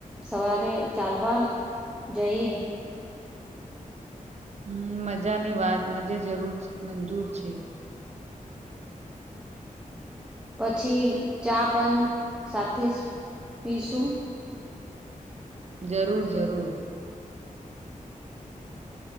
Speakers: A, in the centre; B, on the right.
A: સવારે ચાલવા જઈએ.
B: હમ મજાની વાત મજે જરૂર‌ મંજૂર છે.
A: પછી ચા પણ સાથે જ પીશું.
B: જરૂર જરૂર.